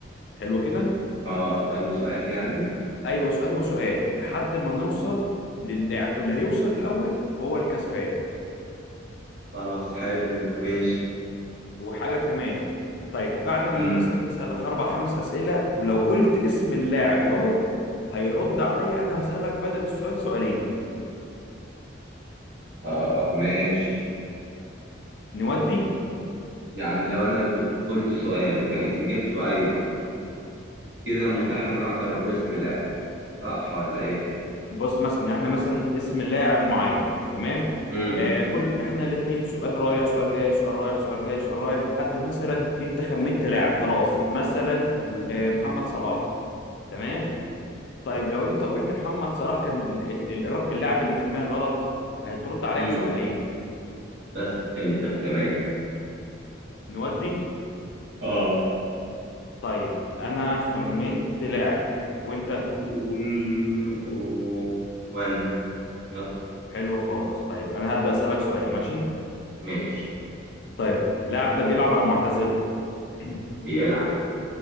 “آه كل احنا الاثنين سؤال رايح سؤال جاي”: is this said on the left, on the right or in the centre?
Left